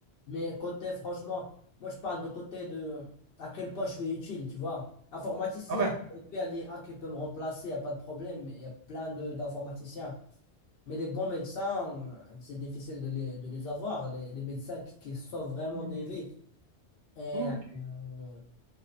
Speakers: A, on the left; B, on the right.
A: mais côté, franchement, moi, je parle de côté de à quel point je suis utile, tu vois. Informaticien,
B: Ah ouais.
A: aujourd'hui, il y a l'IA qui peut me remplacer, il n'y a pas de problème, il y a plein de d'informaticiens. Mais les bons médecins, c'est difficile de les, de les avoir, les, les médecins qui, qui sauvent vraiment
B: Ok,
A: des vies. Et
B: ok,
A: euh,